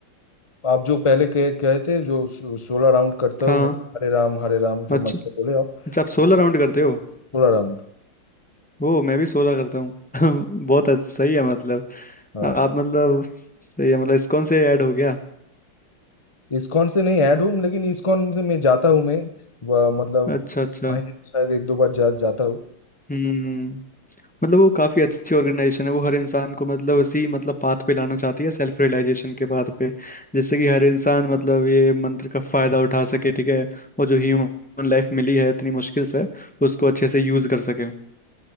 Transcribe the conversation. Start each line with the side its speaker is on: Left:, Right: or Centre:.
Left: आप जो पहले कह कहे थे जो सोलह राउंड करता हूँ
Centre: हाँ
Left: मैं हरे राम हरे राम जो
Centre: अच्छा
Left: मंत्र बोले आप
Centre: अच्छा आप सोलह
Left: वो कर
Centre: राउंड करते हो
Left: सोलह राउंड
Centre: वो मैं भी सोलह करता हूँ <laughs> बहुत अच्छा सही है मतलब
Left: हाँ
Centre: आप मतलब सही है मतलब इस्कॉन से ऐड हो गया
Left: इस्कॉन से नहीं ऐड हूँ लेकिन इस्कॉन से मैं जाता हूँ मैं वह मतलब
Centre: अच्छा अच्छा
Left: महीने में शायद एक दो बार जा जाता हूँ
Centre: हम्म मतलब वो काफी अच्छी ऑर्गेनाइजेशन है वो हर इंसान को मतलब उसी मतलब पाथ पे लाना चाहती है सेल्फ रियलाइजेशन के पाथ पे जिससे कि हर इंसान मतलब ये मंत्र का फायदा उठा सके ठीक है और जो ह्यूमन लाइफ मिली है इतनी मुश्किल से उसको अच्छे से यूज कर सके